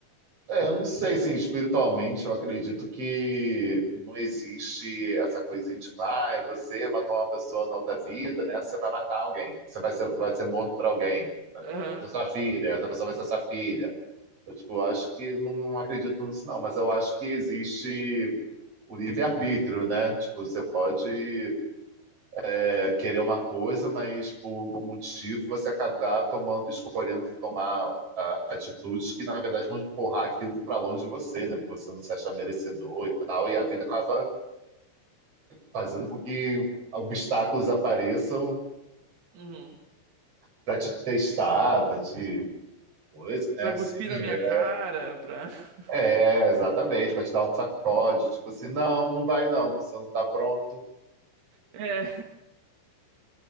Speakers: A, on the right; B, on the right.
A: é, eu não sei, assim, espiritualmente eu acredito que não existe essa coisinha de pai, você matou uma pessoa na outra vida, né? Você vai matar alguém, você vai ser, vai ser morto por alguém,
B: Aham.
A: vai ser sua filha, essa pessoa vai ser sua filha. Eu, tipo, eu acho que não acredito nisso, não, mas eu acho que existe o livre-arbítrio, né? Tipo, você pode é, querer uma coisa, mas por algum motivo você acabar tomando, escolhendo tomar ah, atitudes que, na verdade, vão empurrar aquilo para longe de você, né? Porque você não se achar merecedor e tal, e a vida acaba fazendo com que obstáculos apareçam
B: Uhum.
A: para te testar, para te coisa, né?
B: Pra
A: Assim,
B: cuspir
A: é,
B: na minha cara, pra. <laughs>
A: É, exatamente, para te dar um sacode, tipo assim, não, não vai não, você não tá pronto.
B: É,